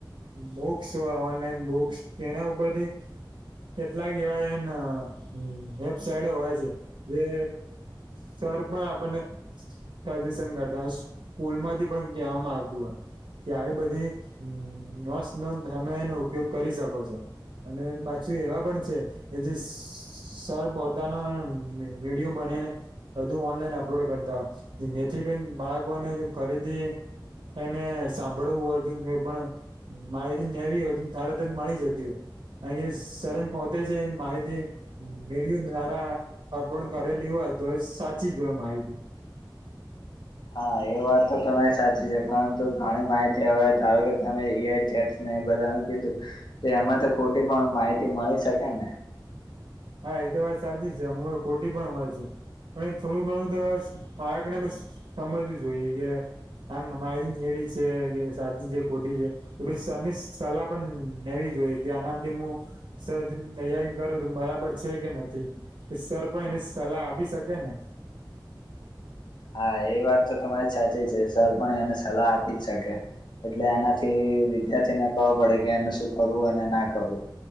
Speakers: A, on the right (about 70°); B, on the left (about 65°).
A: બુક્સ હોય ઓનલાઈન બુક્સ એના ઉપરથી કેટલાક એવા એને વેબસાઇડો હોય છે જે સર પણ આપણ ને સજેશન કરતા હોય, સ્કૂલ માંથી પણ કહેવામાં આવતું હોય. કે આવી બધી નસ્ નો તમે એનો ઉપયોગ કરી શકો છો. અને પાછું એવા પણ છે કે જે સર પોતાનો વિડિયો બનાઈ ને બધું ઓનલાઈન અપલોડ કરતા હોય જેથી કરીને બાળકોને ફરીથી એને સાંભળવું હોય મે પણ માહિતી લેવી હોય તરત જ મળી જતી હોય. કારણ કે સર પોતે જે માહિતી વિડિઓ દ્રારા અપલોડ કરેલી હોય તો એ સાચી જ હોય માહિતી.
B: હા એ વાત તો તમારી સાચી છે પરંતુ ઘણી માહિતી હવે ધારો કે તમે એ આઈ ચેટ ને એ બધા ને કીધું તો એમાં તો ખોટી પણ માહિતી મળી શકે ને
A: હા એ તો વાત સાચી છે અમુક વાર ખોટી પણ હોય છે પણ થોડું ઘણું તો બાળકને સમજવું જોઈએ કે એમ માહિતી કેવી છે કે સાચી છે ખોટી છે કે પછી કોઇ સરની સલાહ પણ લેવી જોઈએ કે આ નામથી હું સર તૈયારી કરો તો બરાબર છે કે નથી સર પણ એને સલાહ આપી શકે ને
B: હા એ વાત તો તમારી સાચી છે સર પણ એને સલાહ આપી જ શકે એટલે એનાથી વિદ્યાર્થીને ખબર પડે કે એને શું કરવું અને ના કરવું